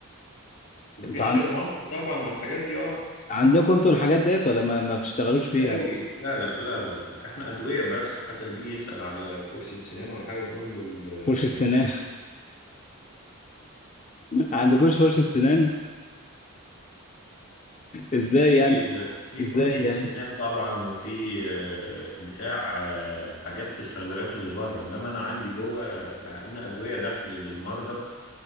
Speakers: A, on the left; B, on the left.
A: الفيشيال
B: انت
A: ماسك طبعا والحاجات دي اه
B: عندكم انتوا الحاجات ديت ولا ما, ما بتشتغلوش
A: مش
B: فيها
A: قوي لا لا لا لا لا احنا ادويه بس حتى اللي بيجي يسال على فرشه سنان ولا حاجه نقول له ال-
B: فرشة سنان <laughs> عندكوش فرشة سنان ازاي
A: في
B: يعني
A: في
B: ازاي
A: فرشه
B: يعني
A: سنان طبعا وفي آه، بتاع آه، حاجات في الصيدليات اللي بره انما انا عندي جوه انا ادويه داخلي للمرضى